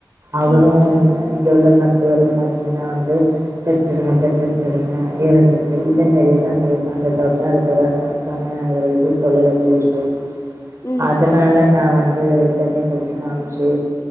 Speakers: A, on the right; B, on the left.
A: அவரு
B: ம் சரி
A: இங்க உள்ள மருத்துவரு பாத்தீங்கன்னா வந்து டெஸ்ட் எடுங்க பிலெட் டெஸ்ட் எடுங்க யூரின் டெஸ்டு இந்த மாறியேதா சொல்லிருக்காங்ளே தவிர்த்து அதுக்கு ஒரு கரெட் ஆன ஒரு இது சொல்லல தீர்வு
B: ம்
A: அதனால
B: சரி சரி
A: நா வந்து சென்னை போய்ட்டு காம்ச்சி